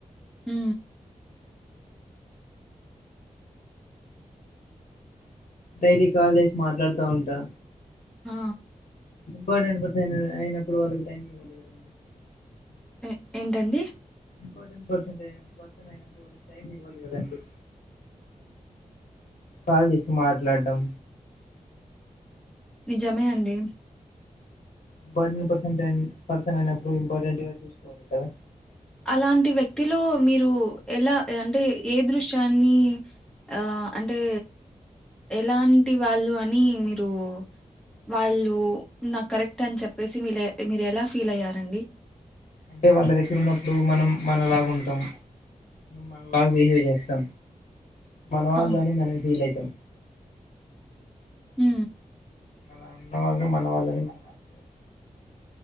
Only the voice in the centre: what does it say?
ఉ
ఆ
ఎ ఏంటండి
నిజమే అండి
అలాంటి వ్యక్తిలో మీరు ఎలా అంటే ఏ దృశ్యాన్ని ఆ అంటే ఎలాంటి వాళ్ళు అని మీరు వాళ్ళు నాకు కరెక్ట్ అని చెప్పేసి మీ మీరు ఎలా ఫీల్ అయ్యారండి
ఆ!
ఉ